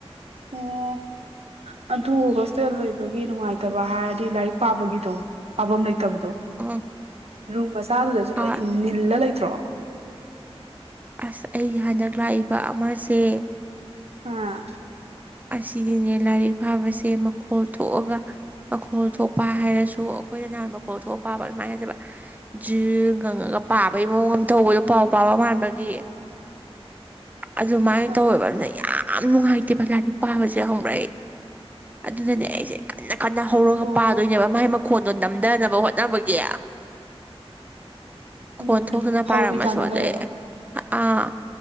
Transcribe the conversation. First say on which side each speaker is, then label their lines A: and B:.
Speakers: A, on the right; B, on the right.
A: ꯑꯣ ꯑꯗ ꯍꯣꯇꯦꯜ ꯂꯕꯒꯤ ꯅꯨꯡꯉꯥꯏꯇꯕ ꯍꯥꯏꯔꯗꯤ ꯂꯥꯏꯔꯤꯛ ꯄꯥꯕꯒꯤꯗꯣ ꯄꯥꯐꯝ ꯂꯩꯇꯕꯗꯣ
B: ꯎꯝ
A: ꯔꯨꯝ ꯃꯆꯥꯗꯨꯗꯁꯨ
B: ꯍꯣꯏ
A: ꯂꯣꯏ ꯏ ꯅꯤꯜꯂ ꯂꯩꯇ꯭ꯔꯣ
B: ꯑꯁ ꯑꯩꯒꯤ ꯍꯟꯗꯛ ꯂꯥꯛꯏꯕ ꯑꯃꯁꯦ
A: ꯑꯥ
B: ꯁꯤꯒꯤꯅꯦ ꯂꯥꯏꯔꯤꯛ ꯐꯥꯕꯁꯦ ꯃꯈꯣꯜ ꯊꯣꯛꯑꯒ ꯃꯈꯣꯜ ꯊꯣꯛꯄ ꯍꯥꯏꯔꯁꯨ ꯑꯩꯈꯣꯏꯅ ꯅꯍꯥꯟ ꯃꯈꯣꯜ ꯊꯣꯛꯄꯕ ꯑꯗꯨꯃꯥꯏꯅ ꯍꯥꯏꯖꯕ ꯖꯤꯔ ꯉꯪꯉꯒ ꯄꯥꯕꯒꯤ ꯃꯑꯣꯡ ꯑꯃ ꯊꯧꯕꯗꯣ ꯄꯥꯎ ꯄꯥꯕ ꯃꯥꯟꯕꯒꯤ ꯑꯗꯨꯃꯥꯏꯅ
A: ꯑꯥ
B: ꯇꯧꯋꯦꯕ ꯑꯗꯨꯅ ꯌꯥꯝ ꯅꯨꯡꯉꯥꯏꯇꯦꯕ ꯂꯥꯏꯔꯤꯛ ꯄꯥꯕꯁꯦ ꯍꯧꯪꯕꯛꯏ ꯑꯗꯨꯅꯅꯦ ꯑꯩꯁꯦ ꯀꯟꯅ ꯀꯟꯅ ꯍꯧꯔꯒ
A: ꯑꯣ
B: ꯄꯥꯗꯣꯏꯅꯦꯕ ꯃꯥꯏ ꯃꯈꯣꯟ ꯑꯗꯣ ꯅꯝꯊꯅꯕ ꯍꯣꯠꯅꯕꯒꯤ ꯈꯣꯟ
A: ꯎꯝ
B: ꯊꯣꯛꯇꯅ
A: ꯍꯧꯕꯤ
B: ꯄꯥꯏꯔꯝꯃꯁꯨ
A: ꯇꯥꯅ
B: ꯑꯗꯩ
A: ꯂꯩꯔꯕ
B: ꯑꯥ